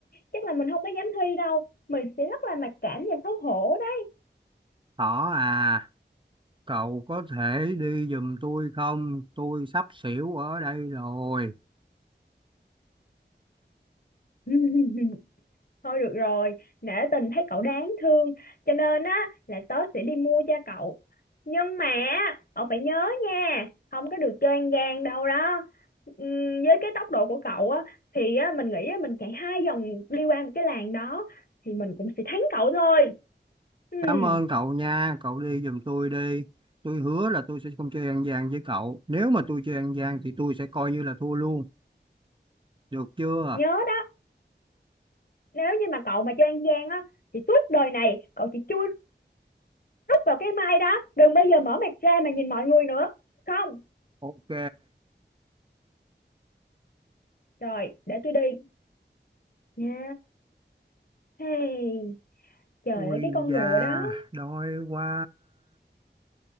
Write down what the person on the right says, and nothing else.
Thỏ à cậu có thể đi giùm tôi không tôi sắp xỉu ở đây rồi
cảm ơn cậu nha cậu đi giùm tôi đi tôi hứa là tôi sẽ không chơi ăn gian với cậu nếu mà tôi chơi ăn gian thì tôi sẽ coi như là thua luôn được chưa
ok
Ui
da,
đói quá.